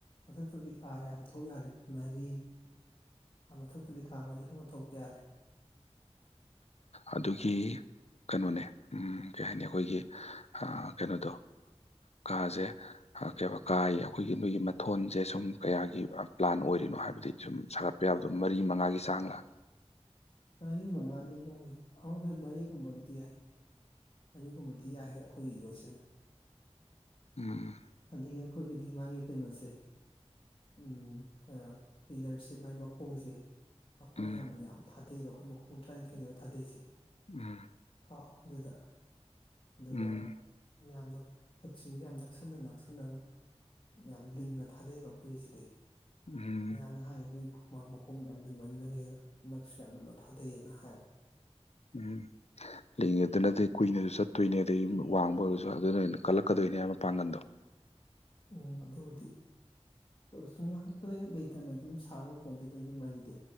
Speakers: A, on the left; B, on the left.
A: ꯃꯊꯛꯇꯗꯤ ꯀꯥ ꯌꯥꯝ ꯊꯣꯛ ꯌꯥꯔꯦ ꯃꯔꯤ ꯃꯊꯛꯇꯗꯤ ꯀꯥ ꯑꯅꯤꯒꯨꯝꯕ ꯊꯣꯛꯄ ꯌꯥꯗꯦ
B: ꯑꯗꯨꯒꯤ ꯀꯩꯅꯣꯅꯦ ꯎꯝ ꯀꯩ ꯍꯥꯏꯅꯤ ꯑꯩꯈꯣꯏꯒꯤ ꯑ ꯀꯩꯅꯣꯗꯣ ꯀꯥꯖꯦ ꯑ ꯀꯩꯕ ꯀꯥꯒꯤ ꯑꯩꯈꯣꯏꯒꯤ ꯅꯣꯏꯒꯤ ꯃꯊꯣꯟꯖꯦ ꯁꯨꯝ ꯀꯌꯥꯒꯤ ꯄ꯭ꯂꯥꯟ ꯑꯣꯏꯔꯤꯅꯣ ꯍꯥꯏꯕꯗꯤ ꯁꯨꯝ ꯁꯥꯒꯠ ꯄ ꯌꯥꯕꯗꯣ ꯃꯔꯤ ꯃꯉꯥꯒꯤ ꯆꯥꯡ ꯂꯥ
A: ꯃꯔꯤ ꯃꯉꯥꯗꯤ ꯌꯧꯔꯣꯏ ꯑ ꯍꯣꯏ ꯃꯔꯤꯒꯨꯝꯕꯒꯗꯤ ꯌꯥꯏ ꯑꯅꯤꯒꯨꯝꯕꯗꯤ ꯌꯥꯏꯍꯦ ꯑꯩꯈꯣꯏꯒꯤ ꯌꯣꯠꯁꯤꯅ
B: ꯎꯝ
A: ꯑꯗꯒꯤ ꯑꯩꯈꯣꯏꯒꯤꯗꯤ ꯃꯥꯒꯤ ꯀꯩꯅꯣꯁꯦ ꯎꯝ ꯑ ꯄꯤꯂꯔꯁꯦ ꯃꯥꯏ ꯃꯈꯣꯡꯖꯦ ꯃꯈꯣꯡ
B: ꯎꯝ
A: ꯌꯥꯝ ꯌꯥꯝ ꯊꯥꯗꯩꯕ ꯑꯩꯈꯣꯏ ꯃꯈꯣꯡ ꯇꯔꯥꯅꯤꯊꯣꯏꯅꯦꯕ ꯊꯥꯗꯩꯁꯦ
B: ꯎꯝ
A: ꯀꯥ ꯑꯍꯨꯝꯗꯨꯗ ꯑꯗꯨꯒ
B: ꯎꯝ
A: ꯌꯥꯝꯅ ꯄꯣꯠꯁꯤꯡ ꯌꯥꯝ ꯅꯛꯁꯟꯅꯅ ꯁꯟꯅꯅ ꯌꯥꯝ ꯂꯤꯡꯅ ꯊꯥꯗꯩꯑꯕ ꯑꯩꯈꯣꯏꯒꯤꯁꯤꯗꯤ
B: ꯎꯝ
A: ꯃꯌꯥꯝꯅ ꯍꯥꯏꯅꯦ ꯅꯣꯏ ꯈꯨꯃꯥꯡ ꯃꯈꯣꯡ ꯌꯥꯝ ꯂꯤꯡꯃꯟꯒꯔꯦꯅ ꯅꯛꯁꯨ ꯌꯥꯝ ꯅꯛꯅ ꯊꯥꯗꯩꯑꯅ ꯍꯥꯏꯕ
B: ꯎꯝ ꯂꯤꯡꯉꯤ ꯗꯨꯅꯗꯤ ꯀꯨꯏꯅꯁꯨ ꯆꯠꯇꯣꯏꯅꯦ ꯑꯗꯩ ꯋꯥꯡꯕ ꯑꯣꯏꯔꯁꯨ ꯑꯗꯨꯅ ꯍꯦꯟꯅ ꯀꯜꯂꯛꯀꯗꯣꯏꯅꯦ ꯍꯥꯏꯕ ꯃꯄꯥꯡꯒꯟꯗꯣ
A: ꯎꯝ ꯑꯗꯨꯕꯨꯗꯤ ꯁꯨꯝ ꯉꯍꯥꯛꯇ ꯂꯩꯇꯅ ꯑꯗꯨꯝ ꯁꯥ ꯉꯝꯄꯣꯠꯇꯦꯗꯅ ꯌꯨꯝ ꯍꯥꯏꯁꯤꯗꯤ